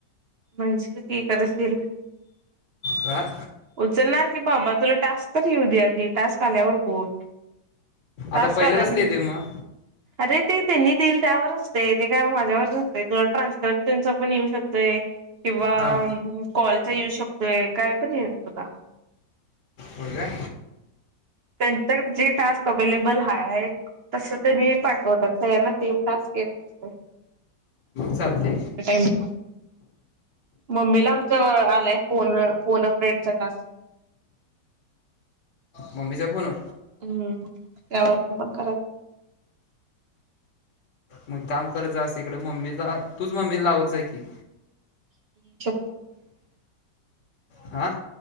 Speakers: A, on the right (about 50°); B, on the left (about 75°).
A: मन क करशील. <inaudible>
B: का?
A: उचलणार की बाबा तुला टास्क तर घेऊ द्या आ ती टास्क आल्यावर बोल. टास्क
B: आता पहिलं
A: आला
B: कसले
A: नाही
B: येत मग?
A: अरे ते त्यांनी दिल त्यावरचते ते काय माझ्यावर असते तुला ट्रान्सक्रिप्शनच पण येऊ शकतय. किंवा
B: हां
A: कॉलचा यूज शकतोय काय पण ये तुला.
B: हो का?
A: त्यांच्या जे टास्क अवेलेबल ह आहे तस येईल. पाठवतात सगळ्यांना सेम टास्क येत असतो.
B: चालते,
A: टाइमला मम्मीला आमच आलाय फोन फोन फ्रेंडस आहे टास्क. <inaudible>
B: मम्मीच्या पू न,
A: हम्म त्यावरन पण करा,
B: मग काम करत जासं इकडं मम्मीला तूच मम्मी लावत जाय की,
A: <inaudible>
B: हा